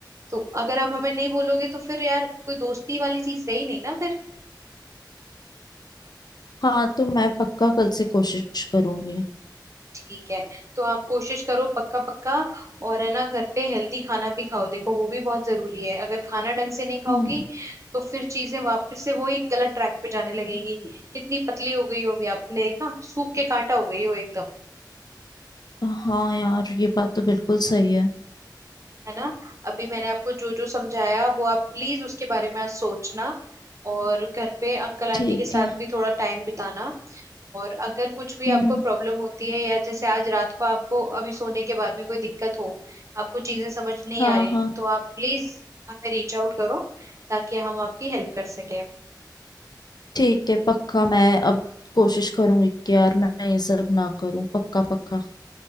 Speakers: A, on the right (about 40°); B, on the left (about 60°).
A: तो अगर आप हमें नहीं बोलोगे तो फिर यार कोई दोस्ती वाली चीज रही नहीं ना फिर
B: हाँ तो मैं पक्का कल से कोशिश करूंगी
A: ठीक है तो आप कोशिश करो पक्का पक्का और है ना घर पे हेल्दी खाना भी खाओ देखो वो भी बहुत जरूरी है अगर खाना ढंग से नहीं खाओगी
B: हम्म
A: तो फिर चीजें वापस से वही गलत ट्रैक पे जाने लगेंगी कितनी पतली हो गई हो अभी आपने देखा सूख के कांटा हो गई हो एकदम
B: हाँ यार ये बात तो बिल्कुल सही है
A: है ना अभी मैंने आपको जो जो समझाया वो आप प्लीज उसके बारे में आज सोचना और घर पे अंकल आंटी
B: ठीक
A: के साथ
B: है
A: भी थोड़ा टाइम बिताना और अगर कुछ भी
B: हम्म
A: आपको प्रॉब्लम होती है या जैसे आज रात को आपको अभी सोने के बाद में कोई दिक्कत हो आपको चीजें समझ नहीं
B: हाँ
A: आ रही
B: हाँ
A: तो आप प्लीज हमें रीच आउट करो ताकि हम आपकी हेल्प कर सकें
B: ठीक है पक्का मैं अब कोशिश करूंगी कि यार मैं ये सब ना करूं पक्का पक्का